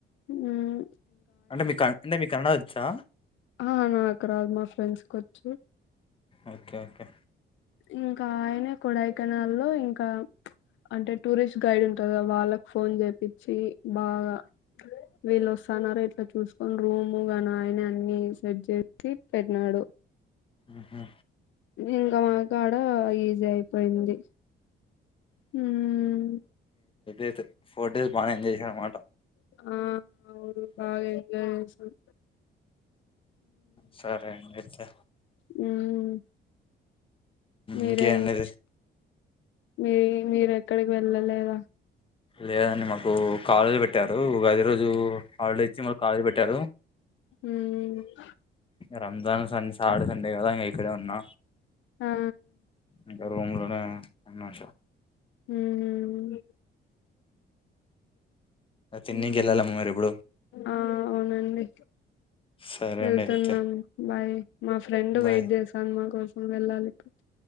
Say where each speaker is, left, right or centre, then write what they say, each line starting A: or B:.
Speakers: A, on the left (about 75°); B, on the left (about 25°).
A: ఉమ్
B: అంటే మీ కన్ అంటే మీక్ కన్నడ వచ్చా
A: ఆ నాక్ రాదు మా ఫ్రెండ్స్ కోచ్చు
B: ఓకే ఓకే
A: ఇంకైనే కొడయ్ కెనాల్లో ఇంకా అంటే టూరిస్ట్ గైడ్ ఉంటర్ గ వాళ్ళక్ ఫోన్ జేప్పిచ్చి బాగా వీళ్ళ్ వస్తన్నారు ఇట్లా చూస్కొండ్ రూము గన్ ఆ ఆయ్నే అన్ని సేట్ జేసి పెట్నాడు
B: ఉహు
A: ఇంకా మాకాడ ఈజీ ఐపోయింది హ్మ్మ్
B: ఐతే ఫోర్ డేస్ బానే ఎంజాయ్ చేశారన్మాట
A: ఆ అవును బాగ ఎంజాయ్ జేసినం
B: సరేండి అయితే
A: మ్మ్ మీరేం
B: ఇంకేండి
A: చు మీ మీరెక్కడికి వెళ్ళలేదా
B: లేదండి మాకు కాలేజీ వెట్టారు ఉగాది రోజు హాలిడే ఇచ్చి మాకు కాలేజ్ పెట్ ట్టరు
A: హుమ్మ్
B: రంజాన్ సన్ సాడ్ సండే గదా ఇంగా ఇక్కడే ఉన్నా
A: ఆ
B: ఇంకా రూమ్ లోనే ఉన్నష
A: హుమ్మ్
B: తిన్నికి
A: హుమ్
B: వెళ్ళాలమ్మ మరి ఇప్పుడు
A: ఆ అవునండి
B: సరే
A: వెళ్తున్నాను
B: అండి అయితే
A: బాయ్ మా ఫ్రెండ్
B: బాయ్
A: వెయిట్ జేసాను మా కోసం వెళ్ళాలి ఇప్పుడు.